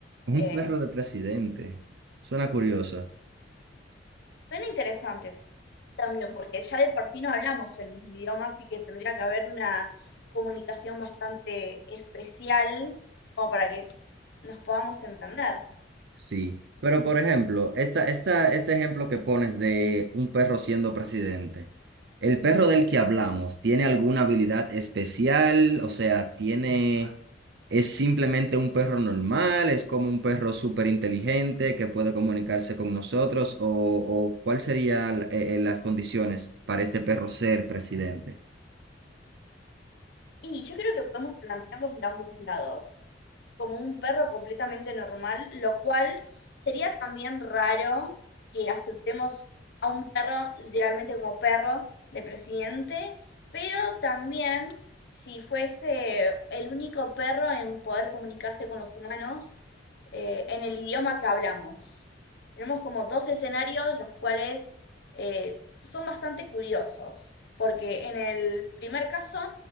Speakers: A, on the right; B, on the left.
A: un
B: Eh,
A: perro de presidente. Suena curioso.
B: Suena interesante también, porque ya de por sí no hablamos el mismo idioma, así que tendría que haber una comunicación bastante especial como para que nos podamos entender.
A: Sí. Pero, por ejemplo, esta, esta, este ejemplo que pones de un perro siendo presidente. ¿El perro del que hablamos tiene alguna habilidad especial? O sea, tiene... ¿Es simplemente un perro normal? ¿Es como un perro súper inteligente que puede comunicarse con nosotros? ¿O, o cuál serían las condiciones para este perro ser presidente?
B: Y yo creo que podemos plantearlos de ambos lados, como un perro completamente normal, lo cual sería también raro que aceptemos a un perro literalmente como perro de presidente, pero también si fuese el único perro en poder comunicarse con los humanos, eh, en el idioma que hablamos. Tenemos como dos escenarios, los cuales eh, son bastante curiosos, porque en el primer caso,